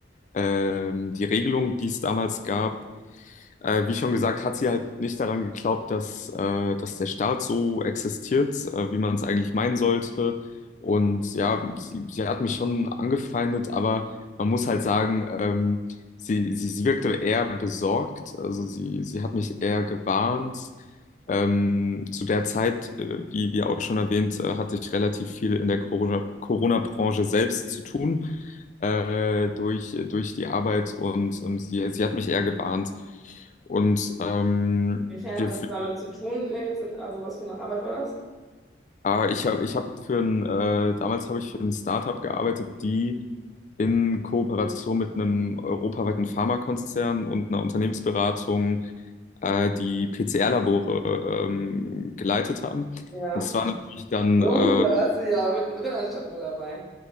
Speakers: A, on the left; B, in the centre.
A: ähm, die Regelung, die es damals gab. Äh, wie schon gesagt, hat sie halt nicht daran geglaubt, dass, äh, dass der Staat so existiert, äh, wie man es eigentlich meinen sollte. Und ja, sie, sie hat mich schon angefeindet, aber man muss halt sagen, ähm, sie, sie, sie wirkte eher besorgt. Also sie, sie hat mich eher gewarnt. Ähm, zu der Zeit, äh, wie, wie auch schon erwähnt, äh, hatte ich relativ viel in der Corona- Corona-Branche selbst zu tun äh, durch, durch die Arbeit und ähm, sie, sie hat mich eher gewarnt. Und ähm,
B: inwiefern
A: wir,
B: hat das damit zu tun jetzt? In, also was für eine Arbeit war das?
A: ah, ich habe ich hab für ein, äh, damals habe ich für ein Startup gearbeitet, die in Kooperation mit einem europaweiten Pharmakonzern und einer Unternehmensberatung äh, die PCR-Labore ähm, geleitet haben.
B: Ja.
A: Und das war natürlich dann
B: Oh,
A: äh,
B: da warst du ja mittendrin anstatt nur dabei.